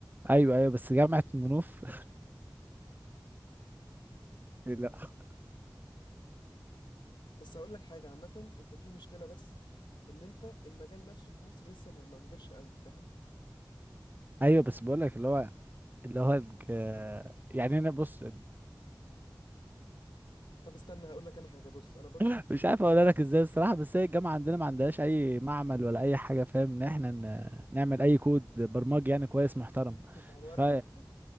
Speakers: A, on the right; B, on the left.
A: ايوه ايوه بس جامعة منوف <laughs> لا
B: بس هقول لك حاجه عامه انت في مشكله بس ان انت المجال نفسه في مصر لسه ما ما كبرش قوي فاهم
A: ايوه بس بقول لك اللي هو اللي هو الج... يعني انا بص
B: طب استنى هقول لك انا حاجه بص انا برضو
A: <laughs> مش عارف اقول لك ازاي الصراحة بس هي الجامعة عندنا ما عندهاش اي معمل ولا اي حاجة فاهم ان احنا ن... نعمل اي كود
B: آه،
A: برمجي يعني كويس محترم
B: بتكتب على الورق
A: ف
B: وكده